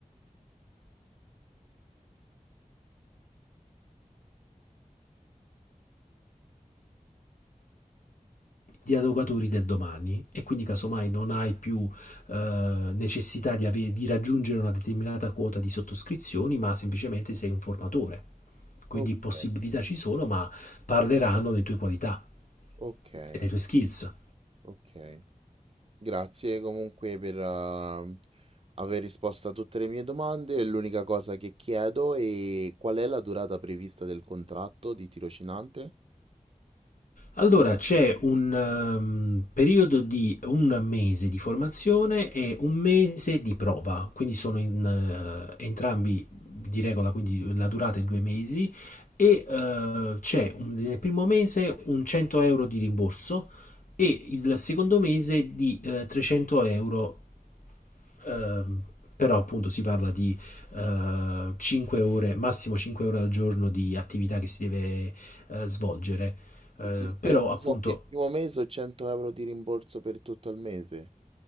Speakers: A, on the left (about 75°); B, on the right (about 45°).
A: dialogatori del domani e quindi casomai non hai più eh, necessità di ave- di raggiungere una determinata quota di sottoscrizioni, ma semplicemente sei un formatore. Quindi
B: Okay,
A: possibilità ci sono, ma parleranno delle tue qualità
B: okay,
A: e delle tue skills.
B: okay. Grazie comunque per ehm, aver risposto a tutte le mie domande. L'unica cosa che chiedo è qual è la durata prevista del contratto di tirocinante?
A: Allora c'è un ehm, periodo di un mese di formazione e un mese di prova, quindi sono in, eh, entrambi di regola, quindi la durata è due mesi e eh, c'è un- nel primo mese un 100 euro di rimborso e il secondo mese di eh, 300 euro Ehm, però appunto si parla di eh, 5 ore, massimo 5 ore al giorno di attività che si deve eh, svolgere. Eh,
B: I il
A: però
B: il primo
A: appunto
B: il primo mese o 100 € di rimborso per tutto il mese?